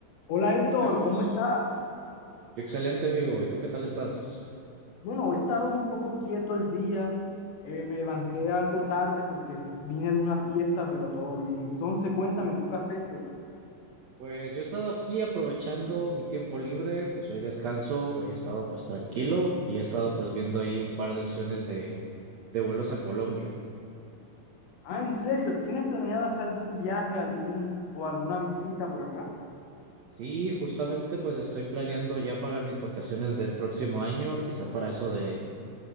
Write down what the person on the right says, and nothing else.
Carlos,
excelente amigo. ¿Y tú qué tal estás?
Pues yo he estado aquí aprovechando mi tiempo libre, pues hoy descanso, hoy he estado pues tranquilo y he estado pues viendo ahí un par de opciones de, de vuelos a Colombia.
Sí, justamente pues estoy planeando ya para mis vacaciones del próximo año, quizá para eso de